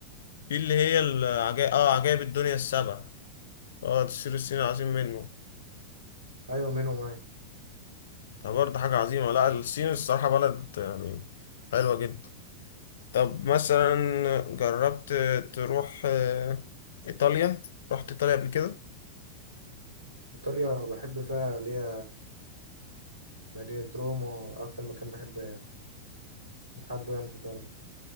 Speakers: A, on the left; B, on the right.
A: في اللي هي العجائب اه عجائب الدنيا السبع اه السور الصيني عظيم منه
B: أيوة منهم ايوه
A: فبرضه حاجة عظيمة لا الصين الصراحة بلد يعني حلوة جدا طب مثلا جربت تروح آه، إيطاليا رحت إيطاليا قبل كده
B: إيطاليا بحب فيها اللي هي مدينة روما أكتر مكان بحب بحبه يعني في إيطاليا